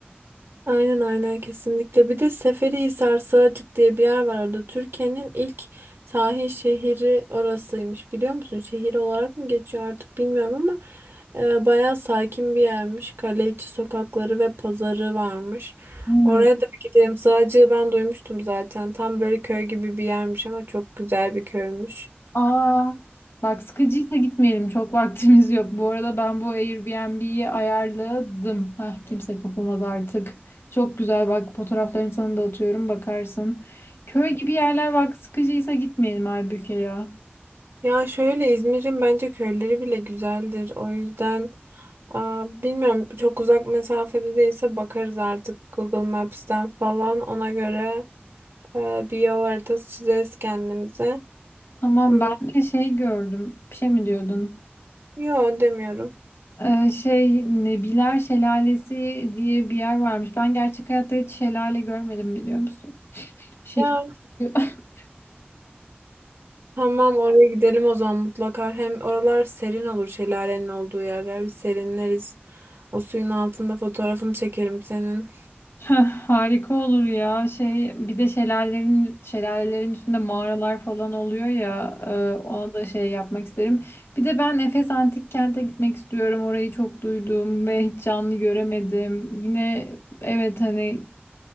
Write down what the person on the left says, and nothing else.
<laughs>
Aa, bak sıkıcıysa gitmeyelim. Çok vaktimiz yok. Bu arada ben bu Airbnb'yi ayarladım. Hah, kimse kapamaz artık. Çok güzel bak fotoğraflarını sana da atıyorum bakarsın. Köy gibi yerler bak sıkıcıysa gitmeyelim Aybüke ya.
Tamam
ben de şey gördüm. Bir şey mi diyordun?
Ee, şey Nebiler Şelalesi diye bir yer varmış. Ben gerçek hayatta hiç şelale görmedim biliyor musun? Şehir.
<laughs>
Heh, Harika olur ya. Şey bir de şelalelerin şelalelerin üstünde mağaralar falan oluyor ya. e, ona da şey yapmak isterim. Bir de ben Efes Antik Kent'e gitmek istiyorum. Orayı çok duydum ve hiç canlı göremedim. Yine evet hani